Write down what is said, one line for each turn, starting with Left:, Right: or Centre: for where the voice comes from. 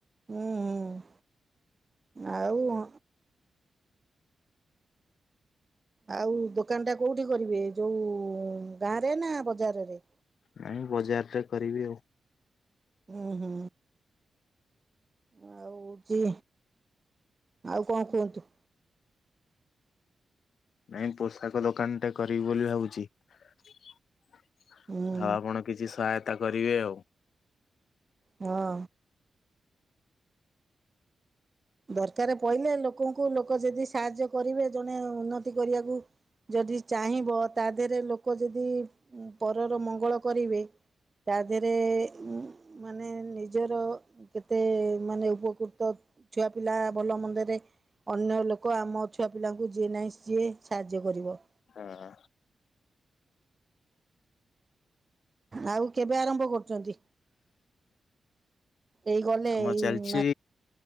Right: ହୁଁ, ହୁଁ, ଆଉ ଆଉ ଦୋକାନ ଟା କୋଉଠି କରିବେ? ଯୋଉ ଗାଁରେ ନା ବଜାର ରେ?
Left: ମୁଇଁ ବଜାରରେ କରିବି ଆଉ।
Right: ଓ ହୋ। ଆଉଛି ଆଉ କଣ କୁହନ୍ତୁ?
Left: ନାଇଁ ପୋଷାକ ଦୋକାନଟେ କରିବି ବୋଲି ଭାବୁଛି? ଆଉ
Right: ହୁଁ
Left: ଆପଣ କିଛି ସହାୟତା କରିବେ ଆଉ।
Right: ହଁ। ଦରକାର ପହିଲେ ଲୋକଙ୍କୁ ଲୋକ ଯଦି ସାହାଯ୍ୟ କରିବେ ଜଣେ ଉନ୍ନତି କରିବାକୁ ଯଦି ଚାହିଁବ ତା ଦେହରେ ଲୋକ ଯଦି ପରର ମଙ୍ଗଳ କରିବେ ତା ଦେହରେ ମାନେ ନିଜର କେତେ ମାନେ ଉପକୃତ ଛୁଆ ପିଲା ଭଲ ମନ୍ଦରେ ଅନ୍ୟ ଲୋକ ଆମ ଛୁଆ ପିଲାଙ୍କୁ ଯିଏ ନାହିଁ ସିଏ ସାହାଯ୍ୟ କରିବ।
Left: ହଁ।
Right: ଆଉ କେବେ ଆରମ୍ଭ କରୁଛନ୍ତି? ଏଇ ଗଲେ
Left: କାମ
Right: ଏଇ
Left: ଚାଲିଛି